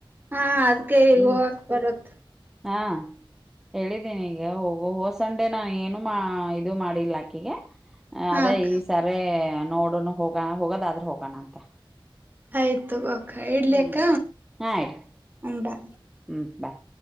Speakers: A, on the right (about 20°); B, in the centre.
A: ಹಾ ಅದ್ಕೆ ಈಗ
B: ಹ್ಮ್
A: ಹೋಗಕ್ ಬರುತ್.
B: ಹಾ ಹೇಳಿದ್ದೀನಿ ಈಗ. ಹ ಹೋಸಂಡೆ ನಾ ಏನು ಮಾ ಇದು ಮಾಡಿಲ್ಲ ಅಕ್ಕಿಗೆ. ಏ ಅದೇ
A: ಹಾಕ್
B: ಈ ಸರಿ. ನೋಡೊಣು ಹೋಗ ಹೋಗದಾದ್ರೂ ಹೋಗೋಣ ಅಂತ
A: ಆಯ್ತು ಅಕ್ಕ ಇಡ್ಲಿ
B: ಹ್ಮ್
A: ಅಕ್ಕ
B: ಹಾ ಇಡಿ
A: ಹಂಡಾ.
B: ಹ್ಮ್ ಬಾಯ್